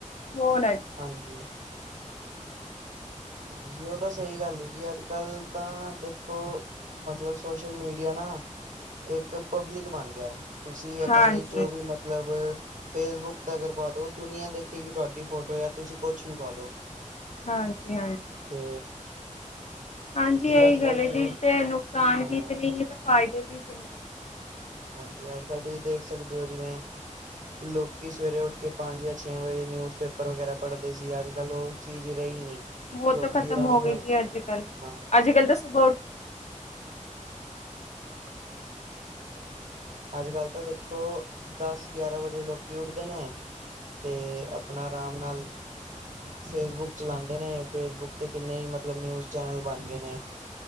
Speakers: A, on the left; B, on the right.
A: ਹੋਣ
B: ਹਾਂਜੀ ਹਾਂਜੀ ਉਹ ਤਾਂ ਸਹੀ ਗੱਲ ਹੈ ਜੀ, ਅੱਜ- ਕੱਲ ਤਾਂ ਦੇਖੋ ਮਤਲਬ ਸੋਸ਼ਲ ਮੀਡੀਆ ਨਾ ਇੱਕ ਪਬਲਿਕ ਬਣ ਗਿਆ। ਤੁਸੀਂ ਆਪਣੇ
A: ਹਾਂਜੀ
B: ਜੋ ਵੀ ਮਤਲਬ ਫੇਸਬੁੱਕ ਤੇ ਅਗਰ ਪਾ ਦੋ, ਦੁਨੀਆਂ ਦੇਖੇਗੀ ਤੁਹਾਡੀ ਫੋਟੋ ਜਾਂ ਤੁਸੀਂ ਕੁਛ ਵੀ ਪਾ ਦੋ।
A: ਹਾਂਜੀ- ਹਾਂਜੀ।
B: ਤੇ
A: ਹਾਂਜੀ
B: ਤੁਸੀਂ
A: ਇਹੀ
B: ਅੱਜ
A: ਗੱਲ
B: ਕੱਲ
A: ਏ
B: ਜਿਵੇਂ
A: ਜੀ, ਤੇ ਨੁਕਸਾਨ
B: ਹਾਂ
A: ਵੀ ਤੇ ਨਹੀਂ ਹੈ ਤੇ ਫ਼ਾਇਦੇ ਵੀ ਤੇ ਨਹੀਂ ਹੈ।
B: ਹਾਂਜੀ, ਅੱਜ- ਕੱਲ੍ਹ ਤੁਸੀਂ ਦੇਖ ਸਕਦੇ ਹੋ ਜਿਵੇਂ ਲੋਕ ਸਵੇਰੇ ਉੱਠ ਕੇ ਪੰਜ ਜਾਂ ਛੇ ਵਜੇ ਨਿਊਜ਼ਪੇਪਰ ਵਗੈਰਾ ਪੜ੍ਹਦੇ ਸੀ, ਅੱਜ- ਕੱਲ੍ਹ ਉਹ ਚੀਜ਼ ਰਹੀ ਨਹੀਂ।
A: ਉਹ
B: ਲੋਕੀ
A: ਤਾਂ ਖ਼ਤਮ
B: ਆਰਾਮ
A: ਹੋ ਗਈ
B: ਨਾਲ
A: ਜੀ ਅੱਜ- ਕੱਲ੍ਹ,
B: ਹਾਂ
A: ਅੱਜ -ਕੱਲ੍ਹ ਤਾਂ ਸੁਬਾਹ ਉੱਠ
B: ਅੱਜ -ਕੱਲ੍ਹ ਤਾਂ ਦੇਖੋ, ਦਸ ਗਿਆਰਾਂ ਵਜੇ ਲੋਕੀ ਉੱਠਦੇ ਨੇ। ਤੇ ਆਪਣਾ ਆਰਾਮ ਨਾਲ ਫੇਸਬੁੱਕ ਚਲਾਂਦੇ ਨੇ, ਫੇਸਬੁੱਕ ਤੇ ਕਿੰਨੇ ਹੀ ਮਤਲਬ ਨਿਊਜ਼ ਚੈਨਲ ਬਣ ਗਏ ਨੇ।